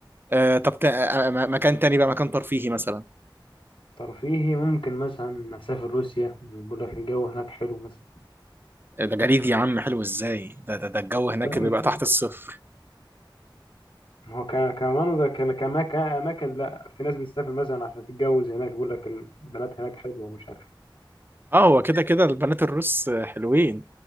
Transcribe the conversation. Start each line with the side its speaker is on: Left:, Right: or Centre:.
Right: آه طب تا... آه، آه، م- مكان تاني بقى مكان ترفيهي مثلا
Left: ترفيهي ممكن مثلا اسافر روسيا بيقول لك الجو هناك حلو مثلا
Right: آه، ده جليد يا عم حلو ازاي ده ده, ده الجو هناك
Left: لا
Right: بيبقى
Left: مش
Right: تحت الصفر
Left: ما هو ك- كمان ده ك- كماك- كاماكن لا في ناس بتسافر مثلا عشان تتجوز هناك بيقول لك البنات هناك حلوه ومش عارف
Right: اه هو كده كده البنات الروس آه، حلوين